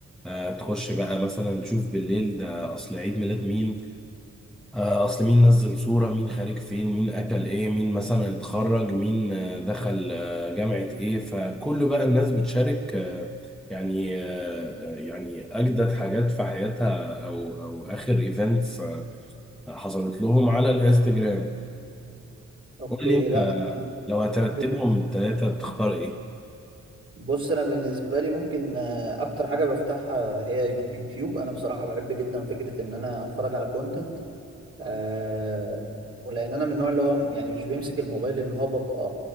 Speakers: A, in the centre; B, on the right.
A: آه، تخش بقى مثلا تشوف بالليل ده اصل عيد ميلاد مين آه، اصل مين نزل صورة مين خارج فين مين اكل ايه مين مثلا اتخرج مين آه، دخل آه، جامعة ايه فكل بقى الناس بتشارك آه، يعني آه، يعني اجدد حاجات في حياتها او او اخر ايفنتس حصلت لهم على الانستجرام
B: اوكي
A: قول لي انت
B: لا
A: آه،
B: انا
A: لو هترتبهم
B: بالنس-
A: من الثلاثة تختار ايه
B: بص انا بالنسبه لي ممكن آه، اكتر حاجه بفتحها هي يوتيوب انا بصراحه بحب جدا فكره ان انا اتفرج على كونتنت آه ولان انا من النوع اللي هو يعني مش بيمسك الموبايل اللي هو ببقى